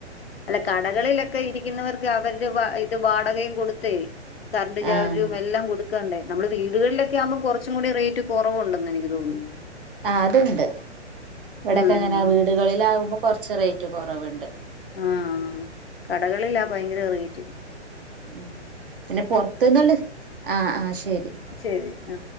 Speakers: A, on the left; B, on the right.
A: അല്ല കടകളിലൊക്കെ ഇരിക്കുന്നവർക്ക് അവര്ടെ ഇത് വാടകയും കൊടുത്തെ കര്ണ്ട് ചാർജും
B: ആഹ്
A: എല്ലാം കൊട് ക്കണ്ടേ നമ്മ്ളെ വീടുകളിലൊക്കെയാവുമ്പോം കുറച്ചും കൂടി റേറ്റ് കൊറവുണ്ടെന്ന് എനിക്ക് തോന്ന്ന്നു.
B: ആഹ് അത്ണ്ട് ഇവ്ടക്കങ്ങനെ
A: ഉം
B: വീടുകളിലാവുമ്പോ കൊറച്ച് റേറ്റ് കൊറവ്ണ്ട്.
A: ആഹ് കടകളിലാ ഭയങ്കര റേയ്റ്റ്
B: ഉം പിന്നെ പൊറ്ത്ത്ന്നള്ള ആഹ് ആഹ് ശരി
A: ശരി ആ